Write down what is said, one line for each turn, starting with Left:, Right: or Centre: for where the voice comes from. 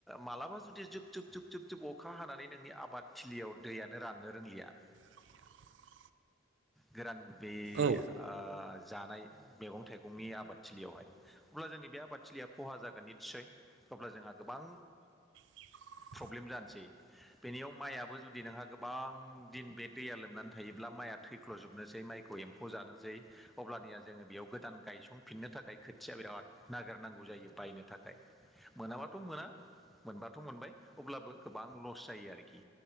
Centre: मालाबा जुदि जुब जुब जुब जुब जुब अखा हानानै नोंनि आबादथिलियाव दैयानो राननो रोंलिया
Right: <inaudible>
Centre: गोरान बे
Right: औ
Centre: ओ जानाय मैगं थाइगंनि आबादथिलियावहाय अब्ला जोंनि बे आबादथिलिया खहा जागोन नितसय अब्ला जोंहा गोबां
Right: <inaudible>
Centre: प्रब्लेम जानोसै बेनियाव माइआबो जुदि नोंहा गोबां दिन बे दैया लोमनानै थायोब्ला माइया थैख्ल'जोबनोसै माइखौ एम्फौ जानोसै अब्लानिया जोङो बेयाव गोदान गायसंफिननो थाखाय खोथिया बिराद नागिरनांगौ जायो बायनो थाखाय मोनाबाथ' मोना मोनबाथ' मोनबाय अब्लाबो गोबां लस जायो आरोखि।